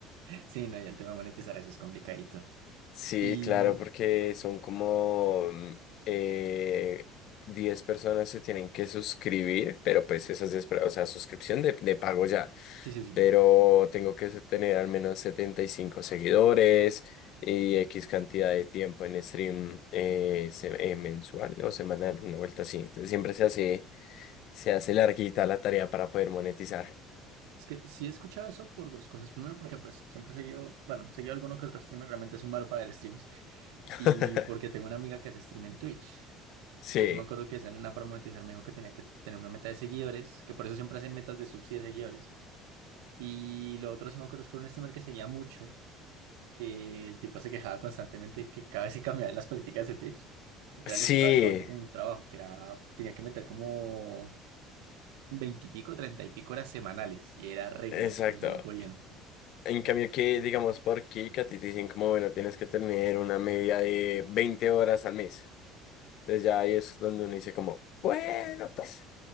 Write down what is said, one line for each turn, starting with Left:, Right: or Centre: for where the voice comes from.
Right: Sí, no, y el tema de monetizar eso es complicadito.
Left: Sí,
Right: Y
Left: claro, porque son como mm, eh, 10 personas se tienen que suscribir, pero pues esas diez per- o sea, suscripción de, de pago ya,
Right: sí, sí, sí.
Left: pero tengo que se- tener al menos 75 seguidores y X cantidad de tiempo en stream eh, se- eh, mensual o semanal, una vuelta así. Entonces siempre se hace, se hace larguita la tarea para poder monetizar.
Right: Es que sí he escuchado eso por dos cosas. Primero, porque pues siempre he seguido, bueno, he seguido alguno que otro streamer, realmente soy malo para ver streams.
Left: <laughs>
Right: Y porque tengo una amiga que hace stream en Twitch.
Left: Sí,
Right: Entonces sí me acuerdo que esa nena para monetizar me dijo que tenía que tener una meta de seguidores, que por eso siempre hacen metas de subs y de seguidores. Y lo otro sí me acuerdo es por un streamer que seguía mucho, que el tipo se quejaba constantemente de que cada vez se cambiaban las políticas de Twitch y que
Left: sí,
Right: a él les tocaba básicamente como un trabajo, que era, tenía que meter como 20 y pico, 30 y pico horas semanales y era regla,
Left: exacto.
Right: porque si no, no podían.
Left: En cambio que, digamos, por aquí, que a ti te dicen como, bueno, tienes que tener una media de 20 horas al mes. Entonces ya ahí es donde uno dice como, bueno, pues